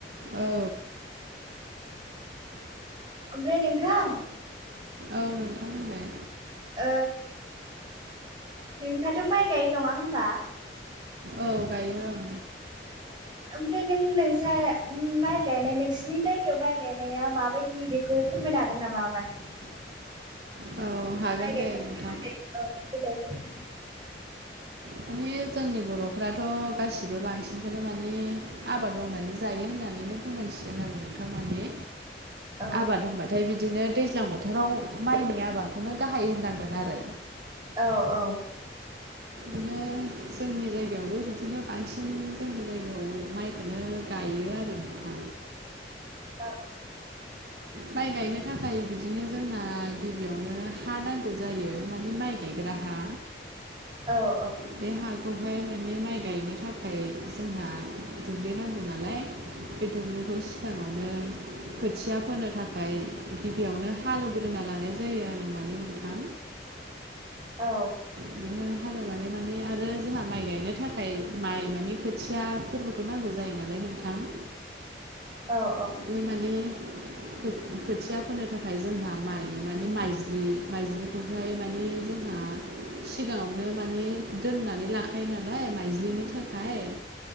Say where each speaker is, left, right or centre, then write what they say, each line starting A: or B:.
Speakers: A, on the right; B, on the right.
A: औ।
B: ओमफ्राय नोंथां।
A: औ नोंथां बुंलाय
B: ओ नोंथाङाथ' माइ गायो नङा होमबा।
A: औ गायों ओं।
B: ओमफ्राय नों नोंसा माइ गायनाय नोंसिनि जायगायाव माइ गायनाया माबायदि बे खौ फोरमायनो हागोन नामा माने
A: औ हागोन
B: माय गायनायनि
A: दे नोंथां
B: सोमोन्दै औ देलाय फोरमायलाय।
A: माने जोंनि बर'फ्राथ' गासिबो बांसिनखौनो माने आबाद मावनानै जायो होननानैनो बुंनांसिगोन आरो नोंथां माने
B: औ
A: आबाद होनबाथाय बिदिनो दैज्लां बोथोराव माइनि आबादखौनो गाहाय होननांगोन आरो
B: औ औ
A: बिदिनो जोंनि जायगायावबो बिदिनो बांसिन जोंनि जायगायाव माइखौनो गायो आरो नोंथां
B: औ
A: माइ गायनो थाखाय बिदिनो जोंहा गिबियावनो हा नांगौ जायो मानिे माइ गायग्रा हा
B: औ औ
A: बे हाखौहाय माने माइ गायनो थाखाय जोंहा दुब्लि नांगौ नालाय बे दुब्लिखौ सिगाङावनो खोथिया फोनो थाखाय गिबियावनो हालेवग्रोना लानाय जायो आरो माने नोंथां
B: औ
A: बिदिनो हालेवनानै माने आरो जोंहा माइ गायनो थाखाय माइ माने खोथिया फोरबोथ' नांगौ जायो नालाय नोंथां।
B: औ औ
A: बे माने खो-खोथिया फोनो थाखाय जोंहा माइ माने माइज्लि माइज्लिखौ ओमफ्राय माने जोंहा सिगाङावनो माने दोननानै लाखायो नालाय माइज्लिनि थाखाय